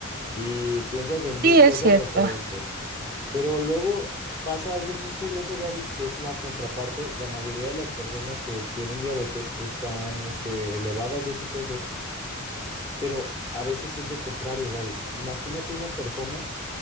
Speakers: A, on the left (about 20°); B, on the right (about 45°).
A: y piensas en mil
B: Sí, es
A: cosas
B: cierto.
A: referentes. Pero luego pasa algo bien curioso, Gaby, que es la contraparte. La mayoría de las personas que tienen diabetes están, este, elevadas de su peso, pero a veces es lo contrario, Gaby. Imagínate una persona